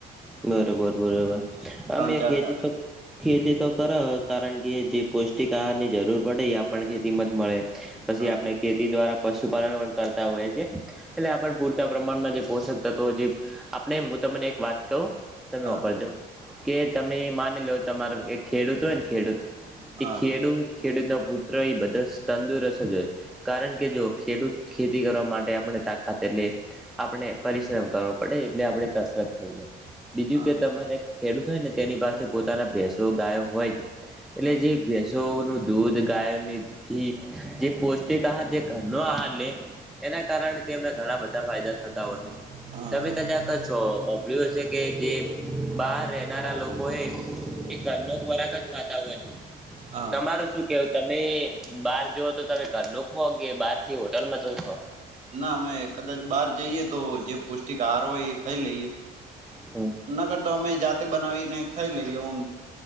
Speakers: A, in the centre; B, on the right.
A: બરોબર બરોબર અમે
B: ચાર
A: ખેતી
B: ચાર
A: તો ખેતી તો કર કારણ કે જે પૌષ્ટિક આહારની જરૂર પડે એ આપણને ખેતીમાં જ મળે પછી
B: હા
A: આપણે ખેતી દ્વારા પશુપાલન પણ કરતા હોય છે, એટલે આપણ પૂરતા પ્રમાણમાં જે પોષક તત્વો જે આપણે હું તમને એક વાત કહું તમે
B: હા
A: વાપરજો કે તમે માની લો તમારો ખેડૂત હોય ને ખેડૂત
B: હા
A: એ ખેડૂત
B: હા
A: ખેડૂત ન પુત્ર એ બધા તંદુરસ્ત જય કારણ કે જો ખેડૂત ખેતી કરવા માટે આપણે તાકાત લે આપણે પરિશ્રમ કરવો પડે એટલે આપડે કસરત થઈ જાય બીજું
B: હા
A: કે તમારે ખેડૂત હોય ને તેની પાસે પોતાના ભેસો ગાયો હોય જ
B: હા
A: એટલે જે ભેસો નું દૂધ ગાયની ઘી જે પૌષ્ટિક આહાર જે ઘરનો આહાર લે એના કારણે તેમને ઘણા બધા ફાયદા થતા હોય
B: હા
A: તમે કદાકો
B: હા
A: ઓભળ્યું હ છે. કે જે બહાર રહેનારા લોકો છે, એ ઘરનો ખોરાક જ ખાતા હોય છે.
B: હા
A: તમારું શું કેવું તમે બહાર જઓ તો તમે ઘરનું ખો કે બારથી હોટલ માં જખો
B: ના અમે કદાચ બહાર જઈએ તો જે પૌષ્ટિક આહાર હોય એ ખાઈ લઈએ
A: હમ
B: નગર તો અમે જાતે બનાવીને ખાઈ લઈએમ